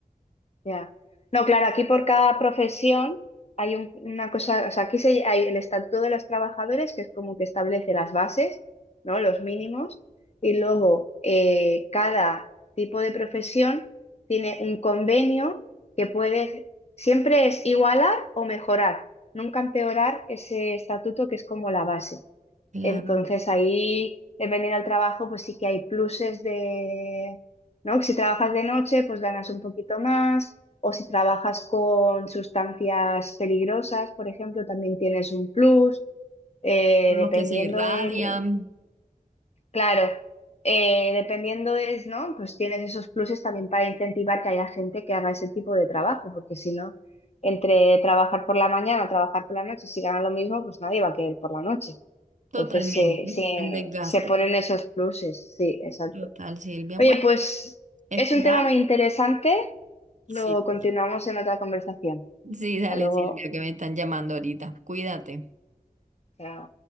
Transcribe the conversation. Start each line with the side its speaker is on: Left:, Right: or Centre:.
Left: ya. No, claro, aquí por cada profesión hay un- una cosa, o sea, aquí se, hay el estatuto de los trabajadores, que es como que establece las bases, ¿no? Los mínimos, y luego eh, cada tipo de profesión tiene un convenio que puede, siempre es igualar o mejorar, nunca empeorar ese estatuto que es como la base.
Right: Claro.
Left: Entonces ahí, dependiendo del trabajo, pues sí que hay pluses de ¿no? Si trabajas de noche, pues ganas un poquito más, o si trabajas con sustancias peligrosas, por ejemplo, también tienes un plus, eh,
Right: con
Left: dependiendo
Right: lo que se irradian
Left: del, claro, eh, dependiendo es, ¿no? Pues tienes esos pluses también para incentivar que haya gente que haga ese tipo de trabajo, porque si no, entre trabajar por la mañana o trabajar por la noche, si ganan lo mismo, pues nadie va a querer por la noche.
Right: totalmente,
Left: Entonces se, se,
Right: el desgaste
Left: se ponen esos pluses, sí, exacto.
Right: total, Silvia.
Left: Oye,
Right: Bueno,
Left: pues
Right: esperar.
Left: es un tema muy interesante. Lo
Right: Sí,
Left: continuamos en otra conversación.
Right: sí, dale,
Left: Hasta luego.
Right: Silvia, que me están llamando ahorita. Cuídate.
Left: Chao.